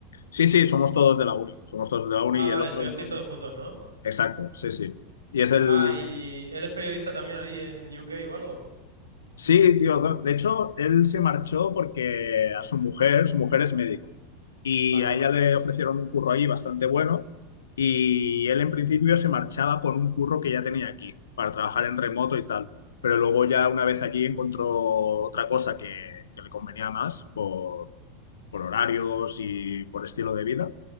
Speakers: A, on the left; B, on the right.
A: Sí, sí, somos todos de la uni. Somos todos de la uni
B: Ah,
A: y
B: vale,
A: el otro.
B: estudiasteis todos juntos, ¿no?
A: Exacto, sí, sí. Y es el,
B: Ah, y él es periodista también ahí en UK o algo.
A: Sí, tío. do- De hecho, él se marchó porque a su mujer, su mujer es médico. Y
B: Vale.
A: a ella le ofrecieron un curro ahí bastante bueno. Y él en principio se marchaba con un curro que ya tenía aquí, para trabajar en remoto y tal. Pero luego ya una vez allí encontró otra cosa que, que le convenía más por, por horarios y por estilo de vida